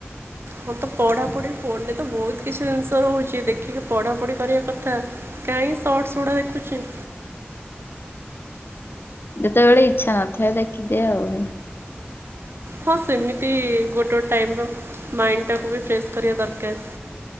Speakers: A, on the right (about 70°); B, on the left (about 65°).
A: ମୋର ତ ପଢ଼ାପଢ଼ି ଫୋନରେ ତ ବହୁତ କିଛି ଜିନିଷ ରହୁଛି ଦେଖିକି ପଢ଼ାପଢ଼ି କରିବା କଥା। କାହିଁ ସଟସ୍ ଗୁଡ଼ା ଦେଖୁଛୁ।
B: ଯେତେବେଳେ ଇଚ୍ଛା ନଥାଏ ଦେଖିଦିଏ ଆଉ।
A: ହଁ ସେମିତି ଗୋଟେ ଟ୍ ଟାଇମ୍ ର ମାଇଣ୍ଡଟାକୁ ବି ଫ୍ରେସ୍ କରିବା ଦରକାର।